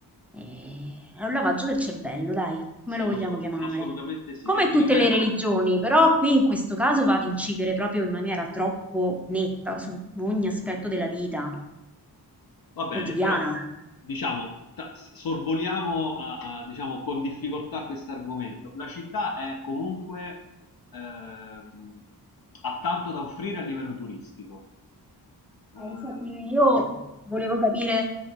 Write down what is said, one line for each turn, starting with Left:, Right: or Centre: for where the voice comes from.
Centre: e- è un lavaggio del cervello, dai, come
Left: sì,
Centre: lo vogliamo
Left: lo so,
Centre: chiamare?
Left: assolutamente sì.
Centre: Come
Left: E ti
Centre: tutte
Left: ripeto,
Centre: le religioni, però qui in questo caso va ad incidere proprio in maniera troppo netta su ogni aspetto della vita
Left: va bene,
Centre: quotidiana.
Left: però diciamo, ta- sorvoliamo a- a- diciamo, con difficoltà questo argomento. La città è comunque ehm, ha tanto da offrire a livello turistico. Eh,
Centre: Eh, Infatti io volevo capire